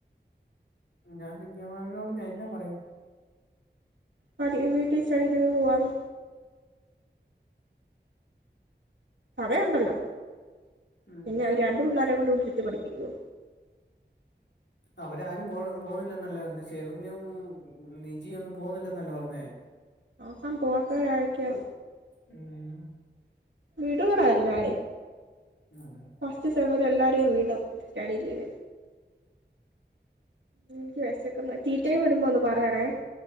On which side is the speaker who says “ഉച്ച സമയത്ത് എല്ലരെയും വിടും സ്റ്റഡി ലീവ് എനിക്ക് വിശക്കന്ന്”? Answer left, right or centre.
Right